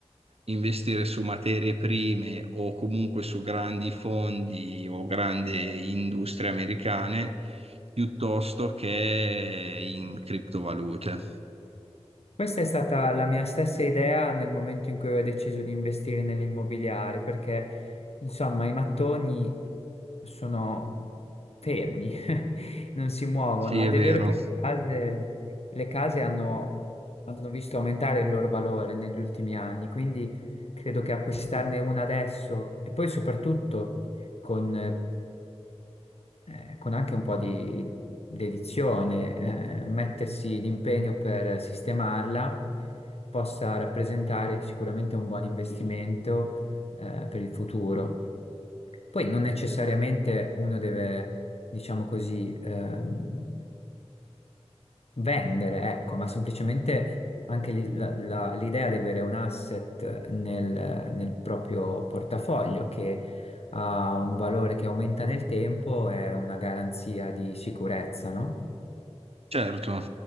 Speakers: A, on the right (about 60°); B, on the left (about 65°).
A: investire su materie prime o comunque su grandi fondi o grandi industrie americane piuttosto che in criptovalute.
B: Questa è stata la mia stessa idea nel momento in cui ho deciso di investire nell'immobiliare, perché insomma i mattoni sono fermi, <laughs> non si muovono
A: Sì, è
B: ed
A: vero.
B: è vero che le case, le case hanno, hanno visto aumentare il loro valore negli ultimi anni, quindi credo che acquistarne una adesso e poi soprattutto con eh, con anche un po' di dedizione, eh, mettersi l'impegno per sistemarla possa rappresentare sicuramente un buon investimento, eh, per il futuro. Poi non necessariamente uno deve, diciamo così, ehm, vendere, ecco, ma semplicemente anche lì la- la- l'idea di avere un asset nel, nel proprio portafoglio che ha un valore che aumenta nel tempo è una garanzia di sicurezza, no?
A: Certo,